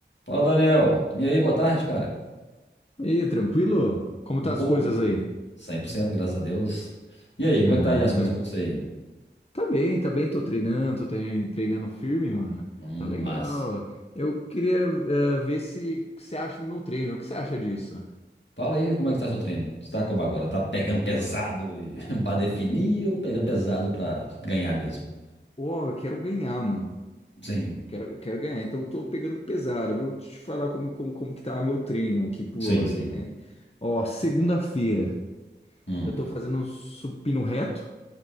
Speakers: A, on the left; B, on the left.
A: Fala, Daniel. E aí, boa tarde, cara.
B: E tranquilo? Como
A: Oh,
B: tá as coisas aí?
A: 100%, graças a Deus. E aí, como
B: Ah,
A: é que tá aí as coisas com você aí?
B: tá bem, tá bem, tô treinando, tô trein- treinando firme, mano.
A: Hum,
B: Tá legal.
A: massa.
B: Eu queria eh, ver se o que você acha do meu treino. O que você acha disso?
A: Fala aí, como é que tá seu treino? Você tá como agora? Tá pegando pesado e... <laughs> pra definir ou pegando pesado pra ganhar mesmo?
B: Pô, eu quero ganhar, mano.
A: Sim,
B: Quero, quero ganhar. Então tô pegando pesado. Eu Vou te falar como, como, como que tá meu treino aqui por
A: sim,
B: ordem,
A: sim.
B: né? Ó, segunda-feira
A: Hum,
B: eu tô fazendo um supino reto,